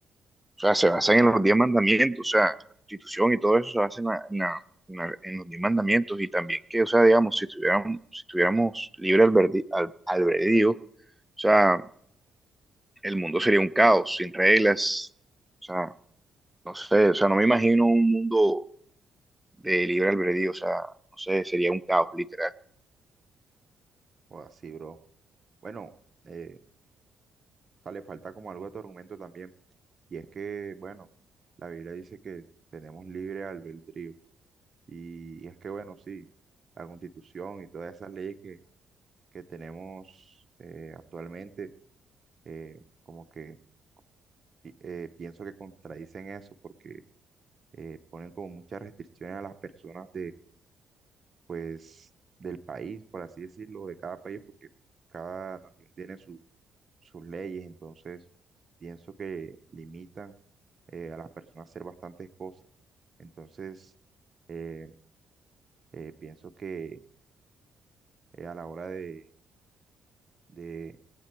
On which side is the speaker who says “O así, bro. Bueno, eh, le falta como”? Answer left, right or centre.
Right